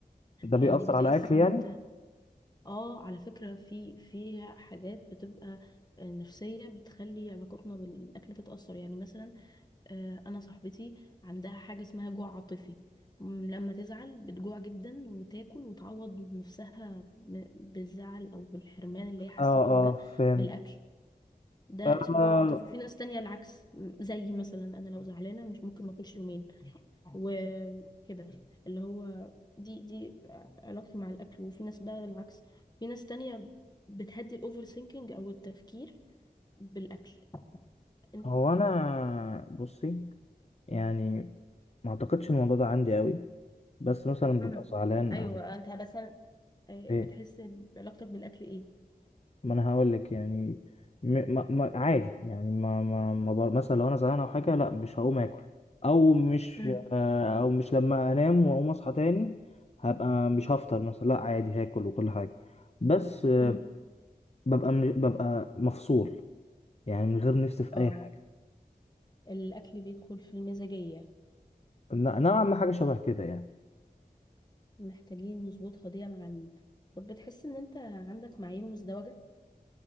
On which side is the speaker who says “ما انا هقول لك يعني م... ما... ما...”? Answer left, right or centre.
Left